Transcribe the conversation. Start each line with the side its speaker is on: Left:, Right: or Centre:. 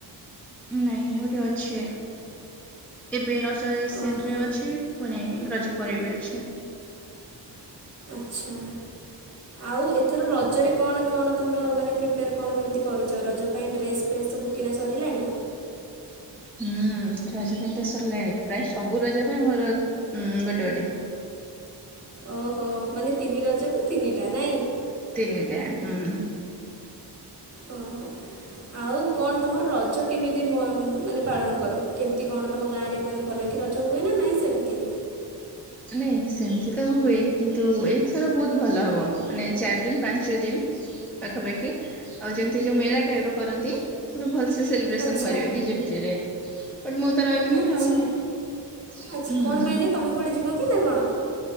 Centre: ନାଇଁ ଆହୁରି ଅଛି ଏ ବେ ରଜ ଏସେଣ୍ଟରେ
Right: ଓହୋ
Centre: ଅଛି ପୁଣି ରଜ ପରେ ବି ଅଛେ-
Right: ଆଚ୍ଛା ଆଉ ଏଥର ରଜରେ କଣ କଣ ତୁମର ମାନେ ପ୍ରିପ୍ ରେ କଣ କେମିତି କରୁଛ ରଜ ପାଇଁ ଡ୍ରେସ୍- ଡ୍ରେସ ସବୁ କିିଣା ସରିଲାଣି?
Centre: ହୁଁ ରଜ ପାଇଁ ତ ସରିଲାଣି, ପ୍ରାୟ ସବୁ ରଜ ପାଇଁ ମୋର ଉଁ ଗୋଟେ ଗୋଟେ।
Right: ଓହୋଃ ମାନେ ତିନି ର କୁ ତିନିଟା ନାଇଁ?
Centre: ତିନିଟା ହୁଁ-
Right: ଓହୋଃ ଆଉ କଣ ତମର ରଜ କେମିତି ମ ମାନେ ପାଳନ କର କେମିତି କଣ ତମ ଗାଁରେ ମାନେ ଭଲ କିି ରଜ ହୁଏ ନା ନାହିଁ ସେମିତି?
Centre: ନାଇଁ ସେମିତି ତ ହୁଏ କିନ୍ତୁ ଏଇଥର ବହୁତ ଭଲ ହବ ମାନେ ଚାରି ଦିନ ପାଞ୍ଚ ଦିନ ପାଖାପାଖି ଆଉ ଯେମିତି ଯୋଉ ମେଳା ଟାଇପର କରନ୍ତି ପୁରା ଭଲ ସେ ସେଲିବ୍ରେସନ
Right: ଆଚ୍ଛା
Centre: କରିବେ ଡିଜେଫିଜେରେ। ବଟ୍ ମୁଁ ତ ରହିବିନି
Right: ଆଚ୍ଛା
Centre: ଆଉ ହୁଁଉଉ
Right: ଆଚ୍ଛା କ'ଣ ପାଇଁ ଯେ ତୁମେ କୁଆଡ଼େ ଯିବ କି ନା କଣ।